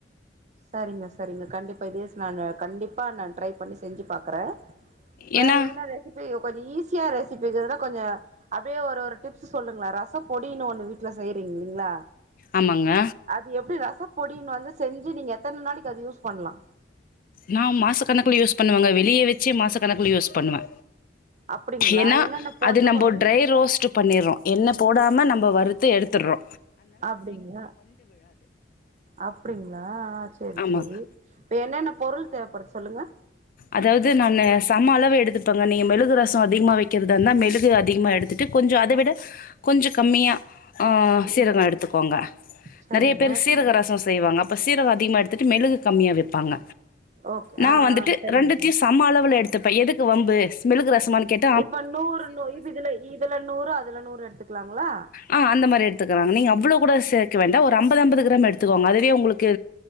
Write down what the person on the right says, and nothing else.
சரிங்க சரிங்க கண்டிப்பா இதே நானு கண்டிப்பா நா ட்ரை பண்ணி செஞ்சி பாக்குறே வேற
எதனா ரெசிபி கொஞ்சோ ஈஸியா ரெசிபி எதனா கொஞ்சோ அப்டியே ஒரு ஒரு டிப்ஸ் சொல்லுங்களே ரசப் பொடினு ஒன்னு வீட்டுல செய்றீங்க இல்லீங்கா
அது எப்டி ரச பொடினு வந்து செஞ்சு நீங்க எத்தன நாளைக்கு அது யூஸ் பண்ணலா
அப்டிங்களா
என்னென்ன போட்ணு
சொல்லுங்க
அப்டிங்க அப்படிங்களா ஆ சேரி
சேரி இப்ப என்னென்ன பொருள் தேவைப்படுது சொல்லுங்க
ம்
சரிங்க
ஓகே
ஆ
ஆ சரிங்க
சரிங்க
இப்ப நூறு நூ இது இதுல இதுல நூறு அதுல நூறு எடுத்துக்கலாங்களா